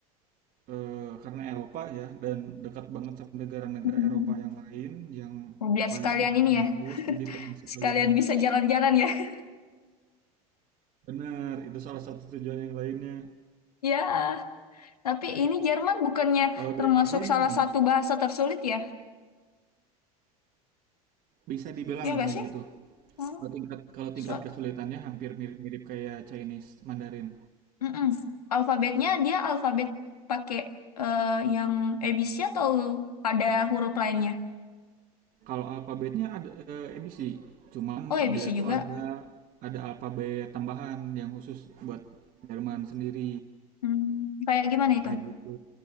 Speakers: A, on the right; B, on the left.
A: eh, karena Eropa ya dan dekat banget sama negara-negara
B: Hmm.
A: Eropa yang lain yang
B: Biar
A: banyak
B: sekalian
A: banget
B: ini
A: yang
B: ya.
A: bagus
B: <laughs>
A: jadi pengen sekalian
B: Sekalian bisa jalan-jalan ya. <laughs>
A: bener itu salah satu tujuan yang lainnya
B: Ya, tapi ini Jerman bukannya
A: kalau
B: termasuk
A: dari Avi ini
B: salah
A: gimana
B: satu bahasa tersulit ya?
A: bisa dibilang
B: Iya nggak
A: kayak
B: sih?
A: gitu
B: Hmm.
A: kalau tingkat kalau tingkat
B: So,
A: kesulitannya hampir mirip-mirip kayak Chinese Mandarin
B: mm-mm. Alfabetnya dia alfabet pakai eh, yang ABC atau ada huruf lainnya?
A: kalau alfabetnya ada eh, ABC cuman
B: Oh, ABC
A: dia
B: juga.
A: tuh ada ada alfabet tambahan yang khusus buat Jerman sendiri
B: Hmm. Kayak gimana itu?
A: kayak gitu